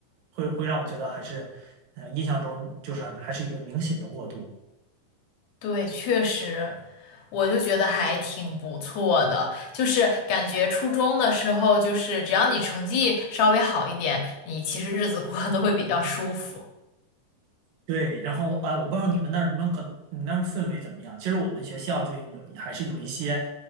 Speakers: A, on the right (about 75°); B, on the left (about 65°).
A: 会会让我觉得还是，呃，印象中就是还是一个明显的过渡。
B: 对，确实，我就觉得还挺不错的。就是感觉初中的时候，就是只要你成绩稍微好一点，你其实日子过得都会比较舒服。
A: 对，然后啊、我不知道你们那儿，你们可能你们那儿氛围怎么样？其实我们学校就有还是有一些